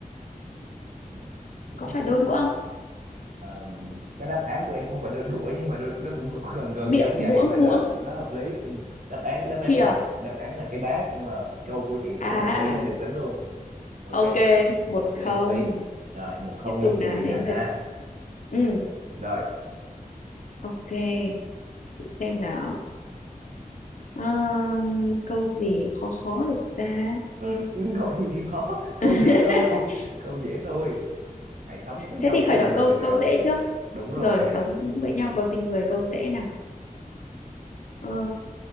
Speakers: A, on the right; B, on the left.
A: Ừm. <laughs>
B: có phải đôi đũa không
A: Ờm, cái đáp án của em không phải đu- đuổi nhưng mà đu- nó cũng gần gần gần
B: miệng
A: giống
B: muỗng
A: vậy mà nó
B: muỗng
A: nó hợp lý Ừm, đáp án đáp án
B: thìa
A: là đáp án là cái bát nhưng mà câu của chị thì
B: à
A: nó hợp lý
B: à,
A: nên được tính luôn ok
B: ok một
A: hợp
B: không
A: lý hợp lý rồi một không
B: tiếp
A: nghiêng
B: tục
A: về
B: nào
A: chị
B: đến
A: Hạnh ha
B: lượt ừ
A: rồi
B: ok chị xem nào Ờ, câu gì khó khó được ta
A: Ừm, <laughs> câu gì khó câu
B: <laughs>
A: dễ thôi câu dễ thôi hãy sống với nhau
B: thế thì
A: với
B: khởi
A: tình
B: động
A: người
B: câu
A: nào
B: câu dễ trước
A: đúng rồi
B: rồi sống với nhau có tình người câu dễ nào Ờ,